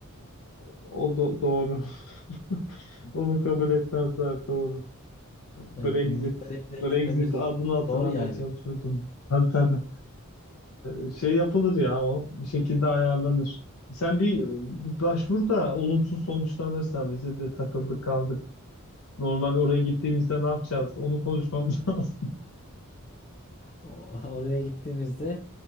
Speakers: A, on the left; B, on the left.
A: O do- doğru. <laughs> Onu kabul etmezler. Doğru. Brexit.
B: yani İngiltere'ye
A: Brexit
B: de gitmemiz
A: adını hatırlamaya
B: zor yani.
A: çalışıyordum. Tabii tabii. Ee, şey yapılır ya o. Bir şekilde ayarlanır. Sen bir, bir başvur da olumsuz sonuçlanırsa vize de takıldı kaldı. Normal oraya gittiğimizde ne yapacağız? Onu konuşmamız <laughs> lazım.
B: O- <laughs> oraya gittiğimizde